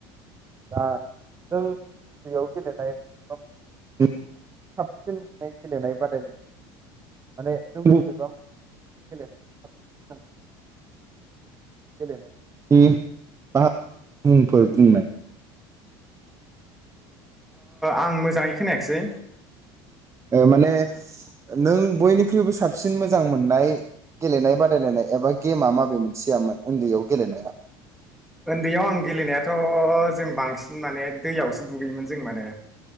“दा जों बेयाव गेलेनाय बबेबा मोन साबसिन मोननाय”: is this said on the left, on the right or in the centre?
Right